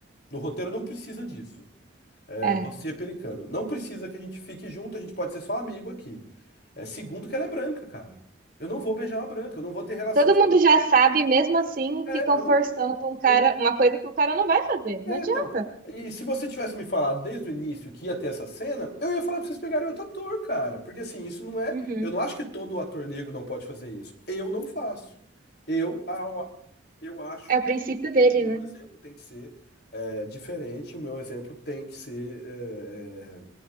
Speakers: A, on the left; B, on the right.
A: No roteiro não precisa disso. É,
B: É.
A: o dossiê é Pelicano. Não precisa que a gente fique junto, a gente pode ser só amigo aqui. É, segundo, que ela é branca, cara. Eu não vou beijar uma branca, eu não vou ter relação
B: Todo
A: sexual
B: mundo já sabe, mesmo
A: com uma branca.
B: assim,
A: É,
B: ficam
A: eu
B: forçando
A: não,
B: um cara,
A: eu não.
B: uma coisa que o cara não vai fazer.
A: É,
B: Não adianta.
A: então. E se você tivesse me falado desde o início que ia ter essa cena, eu ia falar pra vocês pegarem outro ator, cara. Porque assim, isso não é.
B: Uhum.
A: Eu não acho que todo ator negro não pode fazer isso. Eu não faço. Eu, a- a- eu acho
B: É o princípio
A: que
B: dele,
A: o meu
B: né?
A: exemplo tem que ser. é diferente, o meu exemplo tem que ser é, é,